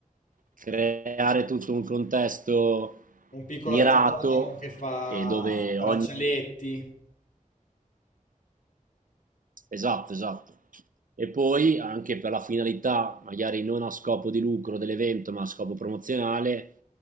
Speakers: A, on the right (about 75°); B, on the left (about 80°).
A: creare tutto un contesto
B: un piccolo
A: mirato
B: artigiano che fa
A: e dove
B: braccialetti.
A: ogni Esatto, esatto. E poi anche per la finalità, magari non a scopo di lucro dell'evento, ma a scopo promozionale,